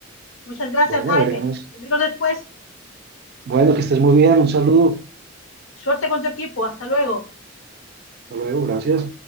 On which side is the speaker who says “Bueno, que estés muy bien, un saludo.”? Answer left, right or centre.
Right